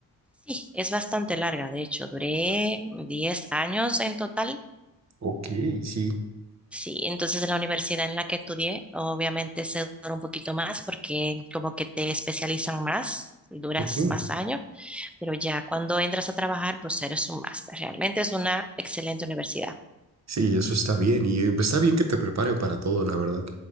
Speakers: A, in the centre; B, on the right.
A: sí, es bastante larga, de hecho, duré 10 años en total.
B: Ok, sí.
A: Sí, entonces en la universidad en la que estudié, obviamente se dura un poquito más porque como que te especializan más, duras
B: Ok,
A: más años, pero ya cuando entras a trabajar, pues eres un máster. Realmente es una excelente universidad.
B: Sí, eso está bien y eh, está bien que te preparen para todo, la verdad.